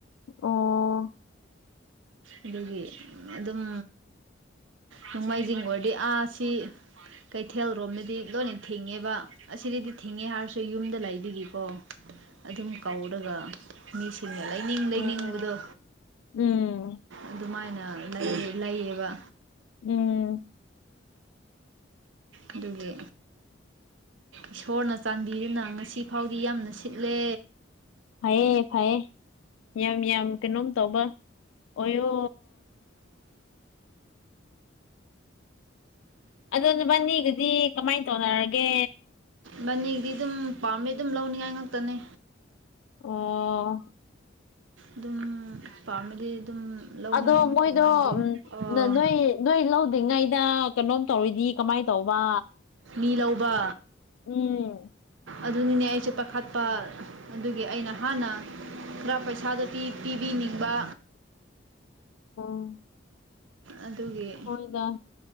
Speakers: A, on the left (about 85°); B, on the right (about 75°).
A: ꯑꯣ
B: ꯑꯗꯨꯒꯤ ꯑꯗꯨꯝ ꯅꯣꯡꯃꯥꯏꯖꯤꯡ ꯑꯣꯏꯔꯗꯤ ꯑꯥ ꯁꯤ ꯀꯩꯊꯦꯜ ꯔꯣꯝꯗꯗꯤ ꯂꯣꯏꯅ ꯊꯤꯡꯉꯦꯕ ꯑꯁꯤꯗꯗꯤ ꯊꯤꯡꯉꯦ ꯍꯥꯏꯔꯁꯨ ꯌꯨꯝꯗ ꯂꯩꯕꯒꯤꯀꯣ ꯑꯗꯨꯝ ꯀꯧꯔꯒ ꯃꯤꯁꯤꯡꯅ ꯂꯩꯅꯤꯡ ꯂꯩꯅꯤꯡꯕꯗꯣ
A: ꯑꯣ ꯎꯝ
B: ꯑꯗꯨꯃꯥꯏꯅ ꯂꯩ ꯂꯩꯌꯦꯕ
A: ꯎꯝ
B: ꯑꯗꯨꯒꯤ ꯏꯁꯣꯔꯅ ꯆꯥꯟꯕꯤꯗꯨꯅ ꯉꯁꯤ ꯐꯥꯎꯗꯤ ꯌꯥꯝꯅ ꯁꯤꯠꯂꯦ
A: ꯐꯩꯌꯦ ꯐꯩꯌꯦ ꯌꯥꯝ ꯌꯥꯝ ꯀꯩꯅꯣꯝ ꯇꯧꯕ ꯑꯣꯏꯌꯣ ꯑꯗꯣ ꯅꯕꯥꯅꯤꯒꯤꯗꯤ ꯀꯃꯥꯏ ꯇꯧꯅꯔꯒꯦ
B: ꯃꯅꯤꯗꯤ ꯑꯗꯨꯝ ꯄꯥꯝꯃꯦ ꯑꯗꯨꯝ ꯂꯧꯅꯤꯡꯉꯥꯏ ꯉꯥꯛꯇꯅꯦ
A: ꯑꯣ
B: ꯑꯗꯨꯝ ꯄꯥꯝꯃꯗꯤ ꯑꯗꯨꯝ ꯂꯧꯅꯤꯡꯉꯥꯏ
A: ꯑꯗꯣ
B: ꯉꯥꯛꯇ
A: ꯃꯣꯏꯗꯣ
B: ꯉꯥꯏꯔꯦ
A: ꯎꯝ
B: ꯑꯥ
A: ꯅꯥ ꯅꯣꯏ ꯅꯣꯏ ꯂꯧꯗ꯭ꯔꯤꯉꯩꯗꯥ ꯀꯩꯅꯣꯝ ꯇꯧꯔꯗꯤ ꯀꯥꯃꯥꯏ ꯇꯧꯕ
B: ꯃꯤ ꯂꯧꯕ
A: ꯎꯝ
B: ꯑꯗꯨꯅꯤꯅꯦ ꯑꯩꯖꯨ ꯄꯥꯈꯠꯄ ꯑꯗꯨꯒꯤ ꯑꯩꯅ ꯍꯥꯟꯅ ꯈꯔ ꯄꯩꯁꯥꯗꯣ ꯄꯤ ꯄꯤꯕꯤꯅꯤꯡꯕꯥ
A: ꯑꯣ
B: ꯑꯗꯨꯒꯤ
A: ꯍꯣꯏꯗ